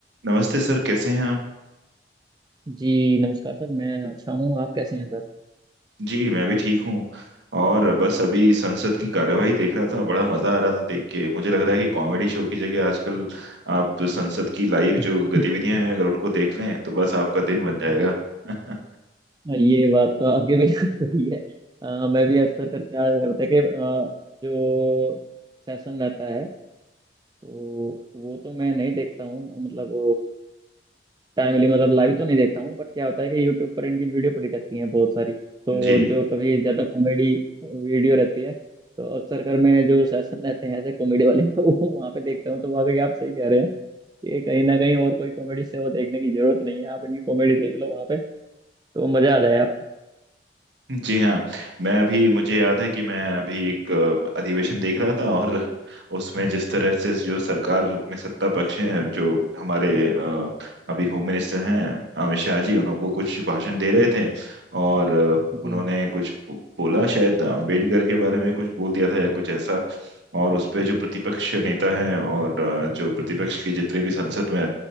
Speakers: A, on the right; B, on the right.
A: नमस्ते सर कैसे हैं आप
B: जी नमस्कार सर मैं अच्छा हूँ आप कैसे हैं सर
A: जी मैं भी ठीक हूँ और बस अभी संसद की कार्यवाही देख रहा था बड़ा मजा आ रहा था देख के मुझे लग रहा है कि कॉमेडी शो की जगह आजकल आप तो संसद की लाइव
B: <laughs>
A: जो गतिविधियां हैं अगर उनको देख लें तो बस आपका दिन बन जाएगा <laughs>
B: ये बात तो आपकी बिल्कुल सही है अ, मैं भी अक्सर कर क्या करता है कि अ, जो सेशन रहता है तो वो तो मैं नहीं देखता हूँ मतलब टाइमली मतलब लाइव तो नहीं देखता हूँ बट क्या होता है कि यूट्यूब पर इनकी वीडियो पड़ी रहती है बहुत सारी तो
A: जी
B: जो कभी ज्यादा कॉमेडी वीडियो रहती है तो अक्सर कर मैं जो सेशन रहते हैं ऐसे कॉमेडी वाले तो वो वहाँ पे देखता हूँ तो वाकई आप सही कह रहे हैं कि कहीं ना कहीं और कोई कॉमेडी से वो देखने की जरूरत नहीं है आप इनकी कॉमेडी देख लो वहाँ पे तो मजा आ जाए आपको
A: जी हाँ मैं अभी मुझे याद है कि मैं अभी एक अ, अधिवेशन देख रहा था और उसमें जिस तरह से जो सरकार में सत्ता पक्ष हैं जो हमारे अ, अभी होम मिनिस्टर हैं अमित शाह जी उन्होंने वो कुछ भाषण दे रहे थे और अ,
B: जी
A: उन्होंने कुछ बो- बोला शायद अंबेडकर के बारे में कुछ बोल दिया था या कुछ ऐसा और उस पे जो प्रतिपक्ष नेता हैं और अ, जो प्रतिपक्ष के जितने भी संसद में